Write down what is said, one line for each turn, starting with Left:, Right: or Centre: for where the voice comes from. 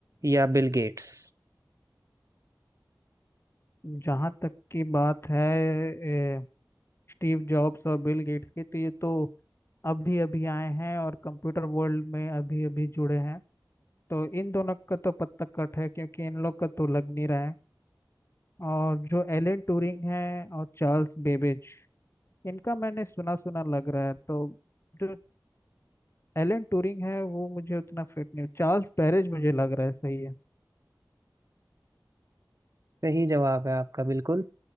Right: या बिल गेट्स
Left: जहाँ तक की बात है ए, स्टीव जॉब्स और बिल गेट्स की तो ये तो अभी अभी आए हैं और कंप्यूटर वर्ल्ड में अभी अभी जुड़े हैं तो इन दोनों का तो पत्ता कट है क्योंकि इन लोग का तो लग नहीं रहा है और जो एलन ट्यूरिंग है और चार्ल्स बेबेज इनका मैंने सुना सुना लग रहा है तो जो एलन ट्यूरिंग है वो मुझे उतना फिट नहीं चार्ल्स बैबेज मुझे लग रहा है सही है
Right: सही जवाब है आपका बिल्कुल